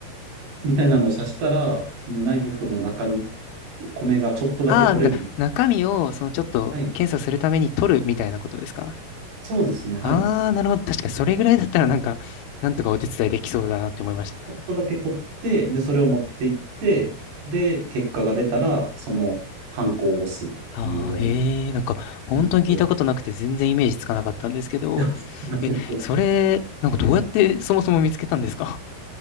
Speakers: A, on the right (about 85°); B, on the left (about 75°).
A: みたいなのを刺したら、そのナイフの中に米がちょっとだけ取れる。
B: ああ、だ、中身を、そのちょっと検査するために取るみたいなことですか
A: はい。そうですね。はい。
B: ああー、
A: ち
B: なるほど。確かにそれぐらいだったらなんか、なんとかお手伝いできそうだなって思いました。
A: ょっとだけ取って、で、それを持っていって、で、結果が出たら、その、ハンコを押すっていうように。
B: ああ、ええ、なんか、本当に聞いたことなくて全然イメージつかなかったんですけど、
A: <laughs> すいません
B: え、それ、なんかどうやってそもそも見つけたんですか